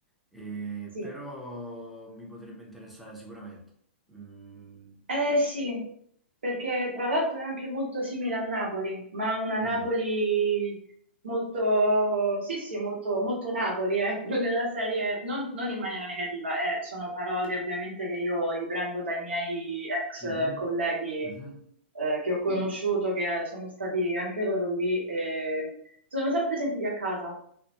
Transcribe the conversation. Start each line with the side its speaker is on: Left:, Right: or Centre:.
Centre: e-
Right: Sì,
Centre: però mi potrebbe interessare sicuramente. Mm.
Right: Eh sì, perché tra l'altro è anche molto simile a Napoli, ma una Napoli
Centre: Mm.
Right: molto, sì sì, molto, molto Napoli, ecco, <laughs> della serie, non, non in maniera negativa, eh, sono parole ovviamente che io riprendo dai miei ex
Centre: Mhm.
Right: colleghi
Centre: Mhm.
Right: eh, che ho Mm. conosciuto, che eh, sono stati anche loro lì, e sono sempre sentiti a casa